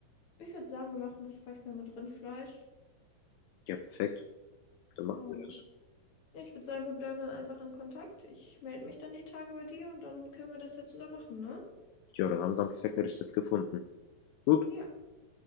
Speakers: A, on the left; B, on the left.
A: Ich würde sagen, wir machen das vielleicht mal mit Rindfleisch.
B: Ja, perfekt.
A: Genau.
B: Dann machen wir das.
A: Ja, ich würde sagen, wir bleiben dann einfach in Kontakt. Ich melde mich dann die Tage bei dir und dann können wir das ja zusammen machen, ne?
B: Ja, dann haben wir dann perfekt ein Rezept gefunden. Gut.
A: Ja,